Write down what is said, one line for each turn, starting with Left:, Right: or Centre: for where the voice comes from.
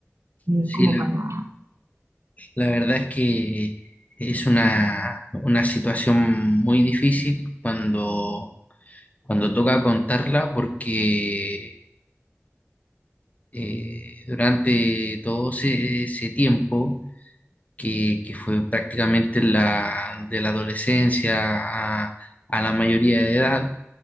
Right: eh,
Left: Sí,
Right: como
Left: la,
Right: para...
Left: la verdad es que es una, una situación muy difícil cuando cuando toca contarla porque eh, durante todo ese, ese tiempo, que, que fue prácticamente la, de la adolescencia a, a la mayoría de edad,